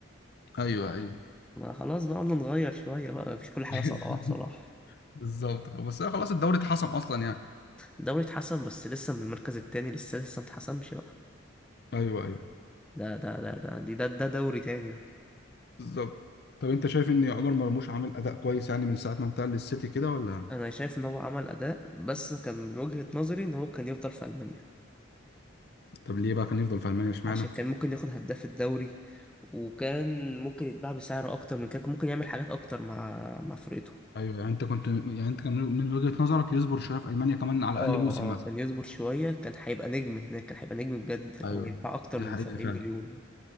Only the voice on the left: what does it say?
ايوه ايوه
<laughs>
بالظبط بس أنا خلاص الدوري اتحسم اصلا يعني
ايوه ايوه
بالظبط طب انت شايف ان عمر مرموش عامل اداء كويس يعني من ساعه ما انتقل للسيتي كده ولا
طب ليه بقى كان يفضل في المانيا اشمعنى
ايوه يعني انت كنت يعني انت كان من وجهة نظرك يصبر شويه في المانيا كمان على
الاقل موسم
مثلا
ايوه
دي
حقيقه
فعلا